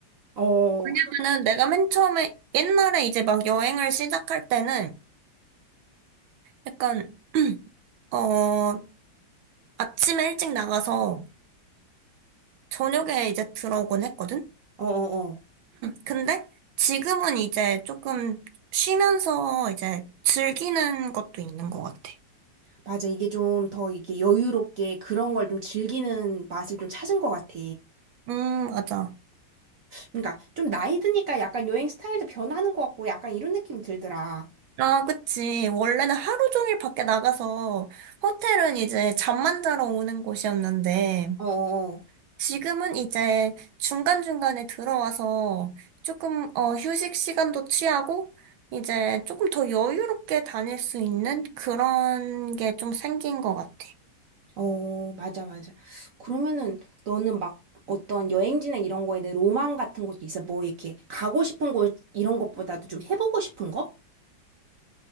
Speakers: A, on the right (about 65°); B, on the right (about 80°).
A: 어,
B: 왜냐면은
A: 어,
B: 내가 맨 처음에, 옛날에 이제 막 여행을 시작할 때는, 약간, 어, 아침에 일찍 나가서, 저녁에 이제 들어오곤 했거든?
A: 어, 어.
B: 근데 지금은 이제 조금 쉬면서 이제 즐기는 것도 있는 것 같아.
A: 맞아. 이게 좀 더 이게 여유롭게 그런 걸 좀 즐기는 맛을 좀 찾은 것 같아.
B: 음, 맞아.
A: 그러니까 좀 나이 드니까 약간 여행 스타일도 변하는 것 같고 약간 이런 느낌이 들더라.
B: 아, 그치. 원래는 하루 종일 밖에 나가서 호텔은 이제 잠만 자러 오는 곳이었는데
A: 어, 어,
B: 지금은 이제 중간중간에 들어와서 조금, 어, 휴식 시간도 취하고 이제 조금 더 여유롭게 다닐 수 있는 그런 게 좀 생긴 것 같아.
A: 어, 맞아, 맞아. 그러면은 너는 막 어떤 여행지나 이런 거에 내 로망 같은 것도 있어? 뭐 이렇게 가고 싶은 곳 이런 것보다도 좀 해보고 싶은 거?